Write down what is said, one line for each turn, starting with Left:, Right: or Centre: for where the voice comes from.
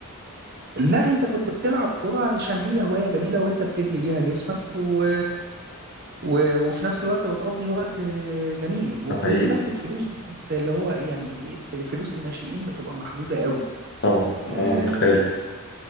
Right: لا انت كنت بتلعب كوره علشان هي هوايه جميله وانت بتبني بيها جسمك و و- وفي نفس الوقت بتقضي وقت آه، جميل وكنت
Left: ده حقيقي
Right: باخد فلوس اللي هو يعني ف- فلوس الناشئين بتبقى محدودة قوي
Left: طبعا
Right: اه
Left: اه متخيل